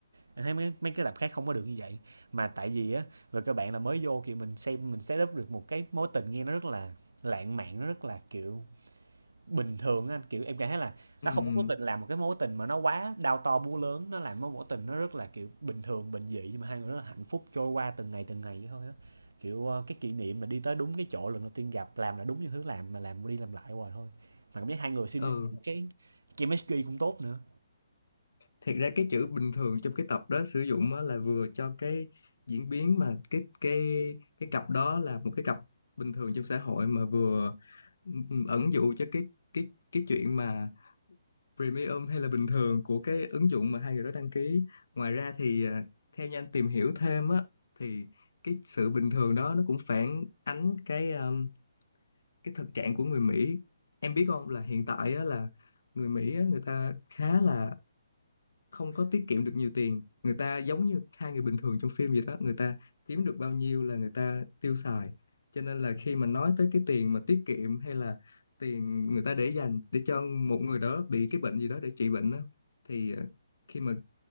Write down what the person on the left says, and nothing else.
ừm,
ừ
Ừ,
thiệt ra cái chữ bình thường trong cái tập đó sử dụng á là vừa cho cái diễn biến mà cái cái cái cặp đó là một cái cặp bình thường trong xã hội mà vừa ừm, ừm, ẩn dụ cho cái cái cái chuyện mà premium hay là bình thường của cái ứng dụng mà hai người đó đăng ký. Ngoài ra thì à, theo như anh tìm hiểu thêm á thì cái sự bình thường đó nó cũng phản ánh cái um, cái thực trạng của người Mỹ. Em biết không là hiện tại á là người Mỹ á, người ta khá là không có tiết kiệm được nhiều tiền người ta giống như hai người bình thường trong phim vậy đó người ta kiếm được bao nhiêu là người ta tiêu xài cho nên là khi mà nói tới cái tiền mà tiết kiệm hay là tiền người ta để dành để cho một người đó bị cái bệnh gì đó để trị bệnh đó, thì ờ, khi mà